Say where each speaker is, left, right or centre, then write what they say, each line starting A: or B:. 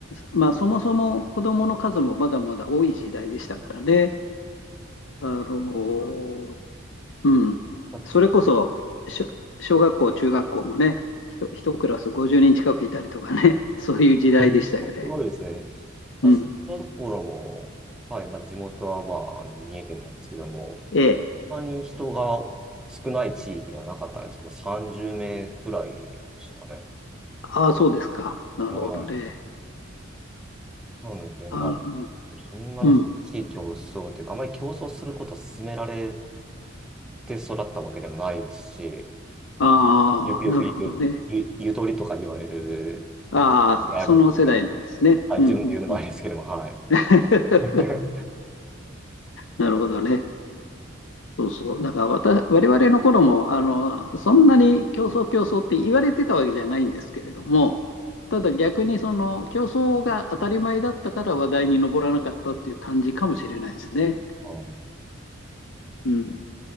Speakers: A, on the left; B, in the centre.
A: まあ、そもそも子供の数もまだまだ多い時代でしたからね。あの、うん。
B: だって
A: それこそ、しょ小学校、中学校もね、ひと一クラス50人近くいたりとかね、<laughs> そういう時代でしたよね。
B: <laughs> すごいですね。私のところも、
A: うん。
B: はい、まあ、地元は、まあ、あの、三重県なんですけども、
A: ええ。
B: あまり人が少ない地域ではなかったんですけど、30名くらいでしたね。
A: ああ、そうですか。なるほどね。
B: はい。なので、まあ、
A: あの、
B: そんなに激しい競争というか、
A: うん。
B: あまり競争することを勧められて育ったわけでもないですし、
A: ああ、
B: よくよく言う、
A: なるほどね。
B: ゆ、ゆとりとか言われる
A: ああ、
B: である
A: その世代なんですね。
B: はい、
A: うん、
B: 自分で言うのもあれですけども、
A: うん、うん。
B: はい。
A: <laughs>
B: <laughs>
A: なるほどね。そうそう。だからわた、我々の頃も、あの、そんなに競争競争って言われてたわけじゃないんですけれども、ただ逆にその競争が当たり前だったから話題に上らなかったっていう感じかもしれないですね。
B: うん
A: うん。